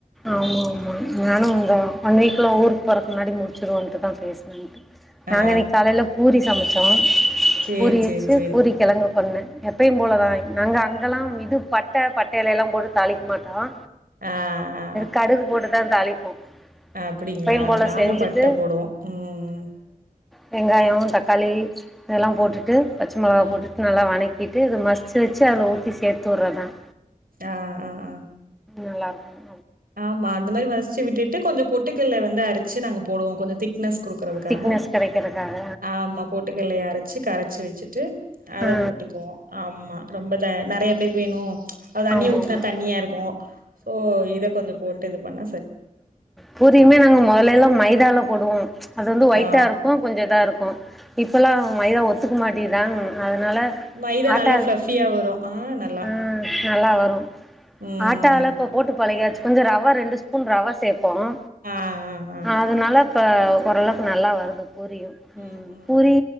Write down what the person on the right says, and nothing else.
ஆ
சேரி
சேரி
சேரி
ஆ ஆ
ஆ அப்டிங்களா
நாங்க
பட்ட போடுவோ ம்
ம்
ஆஹ் ஆஹ் ஆஹ்
ஆமா அந்த மாரி மசிச்சு விட்டுட்டு கொஞ்சம் பொட்டு கடலை வந்து அரைச்சு நாங்க போடுவோம் கொஞம் திக் னஸ் கொடுக்கறதுக்காக
ஆமா பொட்டுக்கடலைய அரைச்சு கரைச்சு வச்சிட்டு அத
போட்டுக்குவோம் ஆமா ரொம்ப நறைய வே வேணும் அது தண்ணியை
ஊத்துனா
தண்ணியா இருக்கும் ஸோ இதை கொஞ்சம் போட்டு இது பண்ணேன்
ஆ
மைதா
நல்லா ஃப்ளஃபியா வரு ஆ நல்லா
ம்
ஆ ஆ ஆ
ம் ம்
ம்